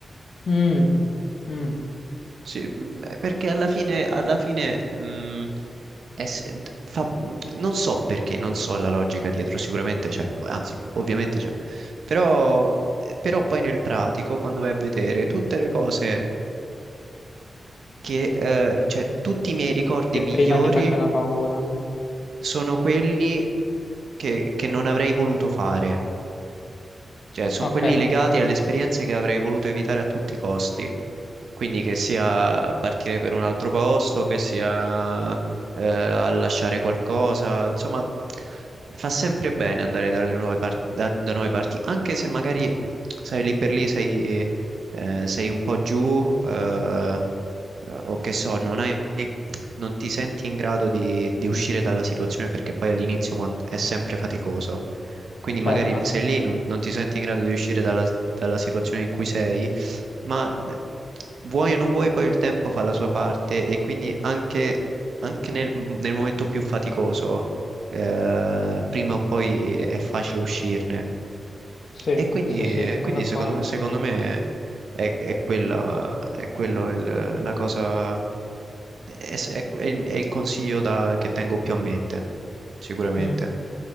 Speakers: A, on the left (about 65°); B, on the right (about 75°).
A: Mm. Mm.
B: Sì, mm, eh, perché alla fine, alla fine mm, è s- d- fa- mm, non so perché, non so la logica dietro, sicuramente c'è, anzi, ovviamente c'è, però, però poi nel pratico, quando vai a vedere tutte le cose che, eh, cioè tutti i miei ricordi
A: che
B: migliori
A: prima ti facevano paura.
B: sono quelli che, che non avrei voluto fare. Cioè, sono
A: Ok,
B: quelli legati alle esperienze che avrei voluto evitare a tutti i costi. Quindi che sia partire per un altro posto, che sia eh, a lasciare qualcosa, insomma, fa sempre bene andare dalle nuove par- da, da nuove parti, anche se magari sai lì per lì sei, eh, sei un po' giù, eh, eh, o che so, non hai, non ti senti in grado di, di uscire dalla situazione perché poi all'inizio quan- è sempre faticoso. Quindi
A: certo.
B: magari sei lì, non, non ti senti in grado di uscire dalla, dalla situazione in cui sei, ma eh, vuoi o non vuoi, poi il tempo fa la sua parte e quindi anche, anche nel, nel momento più faticoso, eh, prima o poi è facile uscirne.
A: Sì,
B: E quindi,
A: sì,
B: e
A: sì, sono
B: quindi
A: d'accordo.
B: secondo me, secondo me è, è quella, è quello il- la cosa, è, è- è il, è il consiglio da- che tengo più a mente, sicuramente.
A: Mm.